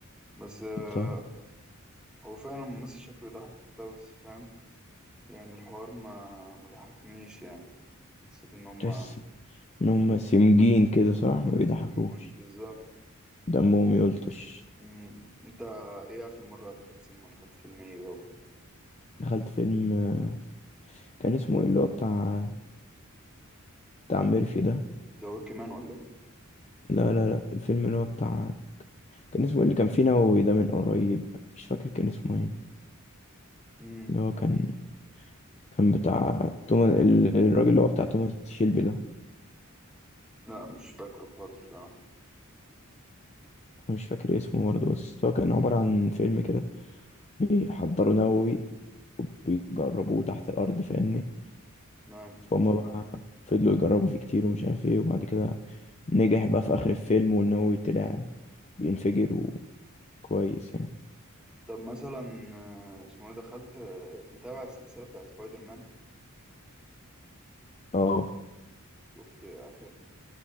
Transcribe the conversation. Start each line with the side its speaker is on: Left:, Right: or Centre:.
Centre: بس آه،
Left: انت
Centre: هو فعلا ممثل شكله يضحك وبتاع بس فاهم يعني الحوار ما ما ضحكنيش يعني حسيت ان هما
Left: تحس ان هم سمجين كده صح ما بيضحكوش
Centre: مم، بالظبط
Left: دمهم يلطش
Centre: مم. انت ايه اخر مره دخلت سينما دخلت فيلم ايه بقى وكده
Left: دخلت فيلم آه، كان اسمه ايه اللي هو بتاع بتاع ميرفي ده
Centre: ذا ورك مان ولا إيه؟
Left: لا لا لا الفيلم اللي هو بتاع كان اسمه ايه اللي كان فيه نووي ده من قريب مش فاكر كان اسمه ايه
Centre: مم.
Left: اللي هو كان كان بتاع توماس الراجل اللي هو بتاع توماس شيلبي ده
Centre: لا مش فاكره خالص بصراحة
Left: أنا مش فاكر اسمه برضه بس هو كان عبارة عن فيلم كده بيحضروا نووي وبيجربوه تحت الأرض فاهمني
Centre: نعم
Left: فهم بقى فضلوا يجربوا فيه كتير ومش عارف ايه وبعد كده نجح بقى في آخر الفيلم والنووي طلع بينفجر وكويس يعني
Centre: طب مثلا آه، اسمه ايه دخلت آه، متابع السلسلة بتاعت سبايدر مان
Left: اه
Centre: شفت آخر